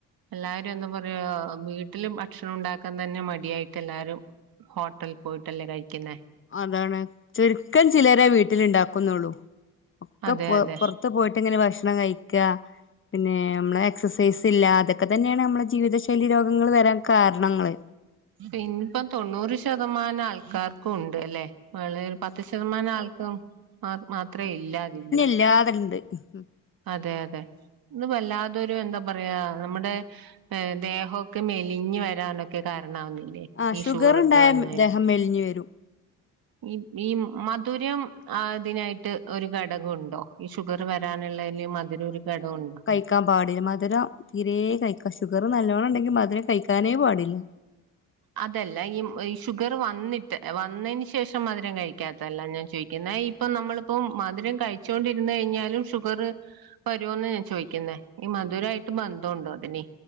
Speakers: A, on the right; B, on the left.
A: എല്ലാരും എന്താ പറയാ വീട്ടിലും ഭക്ഷണം ഉണ്ടാക്കാൻ തന്നെ മടിയായിട്ട് എല്ലാരും ഹോട്ടൽ പോയിട്ടല്ലേ കഴിക്കിന്നേ
B: അതാണ് ചുരുക്കം ചിലെരെ വീട്ടിൽ ഇണ്ടാക്കിന്നൊള്ളു ഒക്കെ
A: അതെ
B: പൊ
A: അതെ
B: പൊർ ത്ത് പോയിട്ടീങ്ങനെ ഭക്ഷ്ണം കൈക്ക പിന്നെ അമ്മളെ എക്സർസൈസില്ല അതൊക്കെ തന്നെയാണ് നമ്മുടെ ജീവിത ശൈലി രോഗങ്ങള് വരാൻ കാരണങ്ങളേ.
A: പിന്നിപ്പം തൊണ്ണൂറു ശതമാനം ആൾക്കാർക്കും ഉണ്ടല്ലെ! വളേ ഒരു പത്ത് ശതമാനം ആൾക്കും മാത്രേ ഇല്ലാതിള്ളൂ.
B: ഇല്ലാതണ്ട് ഊഹും.
A: അതെ അതെ ഇന്ന് വല്ലാതൊരു എന്താ പറയാ നമ്മടെ ഏഹ് ദേഹൊക്കെ മെലിഞ്ഞു വരാനൊക്കെ കാരണാവുന്നില്ലേ.
B: ആഹ്
A: ഈ
B: ഷുഗറുണ്ടായാ
A: ഷുഗറൊക്കെ വന്ന
B: ദേഹം മെലിഞ്ഞു വരും.
A: ഈ ഈ മധുരം ആ ഇതിനായിട്ട് ഒരു ഘടകംണ്ടോ.? ഈ ഷുഗർ വരാനുള്ളതിൽ മധുര ഒരു ഘടകണ്ട്.
B: ക്കാൻ പാടില്ല മധുരം തീരെ കഴിക്കാ ഷുഗർ നല്ലോണം ഉണ്ടെങ്കി മധുരം കഴിക്കാനേ പാടില്ല.
A: അതല്ല ഈഹ് ഈ ഷുഗർ വന്നിട്ട് വന്നതിന് ശേഷം മധുരം കഴിക്കാത്തല്ല ഞാ ചോദിക്കുന്നേ ഈഹ് ഇപ്പം നമ്മളിപ്പം മധുരം കഴിച്ചോണ്ടിരുന്നു കഴിഞ്ഞാലും ഷുഗറെ വരുവോന്നാ ഞാൻ ചോദിക്കുന്നേ ഈ മധുരായിട്ട് ബന്ധോണ്ടോ അതിന്